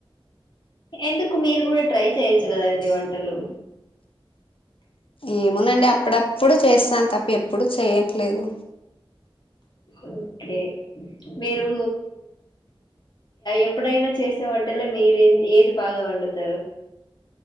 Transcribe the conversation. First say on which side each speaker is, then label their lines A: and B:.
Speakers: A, on the left; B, on the left.
A: ఎందుకు మీరు కూడా ట్రై చేయొచ్చు కదాండి వంటలు
B: ఏమోనండి అప్పుడ ప్పుడు చేస్తాను తప్ప ఎప్పుడు చేయట్లేదు
A: ఓకే మీరు ఎప్పుడైనా చేసే వంటలే మీరు ఏది బాగా వండుతారు